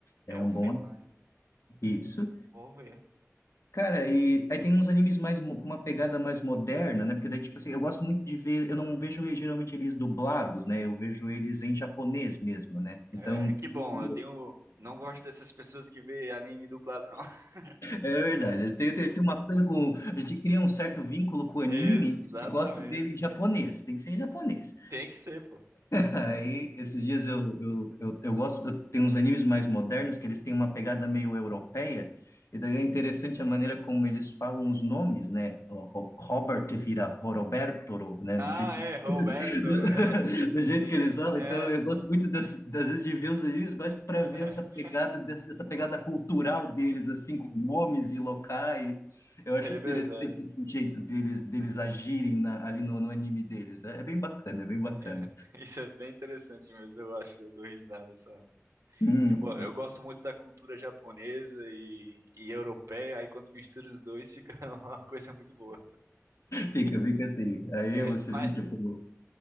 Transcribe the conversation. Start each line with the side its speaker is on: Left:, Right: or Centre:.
Left: É
Right: Elfenlight.
Left: um bom isso.
Right: Vou ver.
Left: Cara, e aí tem uns animes mais mo- com uma pegada mais moderna, né? Porque daí, tipo assim, eu gosto muito de ver, eu não vejo eh, geralmente eles dublados, né? Eu vejo eles em japonês mesmo, né?
Right: É,
Left: Então,
Right: que
Left: <laughs>
Right: bom, eu tenho. Não gosto dessas pessoas que vê anime dublado, não. <laughs>
Left: é verdade. Tem, tem, tem uma coisa com. A gente cria um certo vínculo com o anime,
Right: Exatamente.
Left: a gente gosta dele em japonês, tem que ser em japonês.
Right: Tem que ser, pô.
Left: Aí, esses dias eu, eu, eu, eu gosto, eu, tem uns animes mais modernos que eles têm uma pegada meio europeia, e daí é interessante a maneira como eles falam os nomes, né? O Ro- Robert vira Roberto, né?
Right: Ah,
Left: Do jeito,
Right: é,
Left: <laughs>
Right: Roberto. É,
Left: do jeito
Right: sim,
Left: que eles falam.
Right: é.
Left: Então, eu gosto muito das, das vezes de ver os animes, mas para ver
Right: <laughs>
Left: essa pegada, dessa- essa pegada cultural deles, assim, com nomes e locais. Eu acho
Right: É
Left: interessante
Right: verdade.
Left: esse jeito deles, deles agirem na- ali no, no anime deles. É, é bem bacana, é bem bacana.
Right: É, isso é bem interessante mesmo, eu acho, eu dou risada essa.
Left: Hum.
Right: Eu, go- eu gosto muito da cultura japonesa e, e europeia, aí quando mistura os dois fica <laughs> uma coisa muito boa.
Left: Fica, fica assim. Aí
Right: É,
Left: você
Right: mas,
Left: vê, tipo,